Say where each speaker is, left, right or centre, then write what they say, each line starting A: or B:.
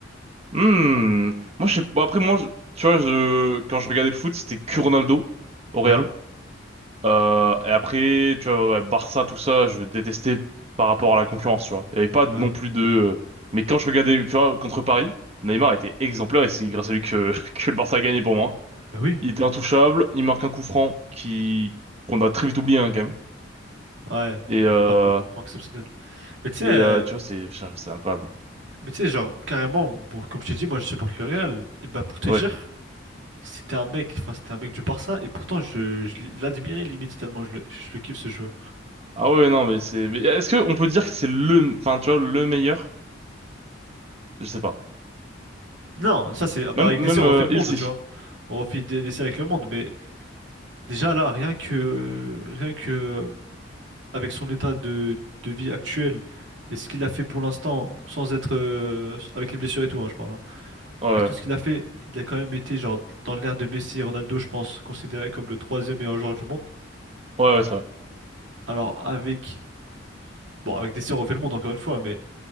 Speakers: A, on the right; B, on the right.
A: Hmm. Moi je sais- bon, après moi je- tu vois je quand je regardais le foot c'était que Ronaldo au Real.
B: Ouais,
A: Euh, et après, tu vois, ouais, Barça, tout ça, je détestais par rapport à la concurrence, tu vois. Il n'y avait pas
B: ouais,
A: non plus de... euh, Mais quand je regardais, tu vois, contre Paris, Neymar était exemplaire et c'est grâce à lui que, <laughs> que le Barça a gagné pour moi.
B: bah oui,
A: Il était intouchable, il marque un coup franc qui qu'on a très vite oublié hein, quand même.
B: ouais,
A: Et, euh...
B: une marque exceptionnelle. Mais tu sais.
A: et
B: euh,
A: euh, tu vois, c'est putain, c'est incroyable.
B: Mais tu sais, genre, carrément, bon, comme je t'ai dit, moi je supporte le Real. Et bah pour te
A: Ouais.
B: dire, c'était un mec, enfin c'était un mec du Barça, et pourtant je, je l'admirais limite tellement je le, je le kiffe ce joueur.
A: Ah ouais, non, mais c'est... Mais est-ce que on peut dire que c'est le... Enfin, tu vois, le meilleur? Je sais pas.
B: Non, ça c'est. ah Bah
A: Même,
B: avec
A: même
B: DC on refait
A: euh,
B: le monde,
A: Ilsi.
B: tu vois. On refait des- DC avec le monde, mais déjà là, rien que rien que euh, avec son état de, de vie actuel et ce qu'il a fait pour l'instant, sans être euh, avec les blessures et tout, hein, je parle. hein.
A: Ouais,
B: Avec tout
A: ouais,
B: ce qu'il a fait, il a quand même été genre dans l'ère de Messi et Ronaldo, je pense, considéré comme le troisième meilleur joueur du monde.
A: ouais, ouais, c'est vrai.
B: Alors avec Bon, avec des si on refait le monde encore une fois, mais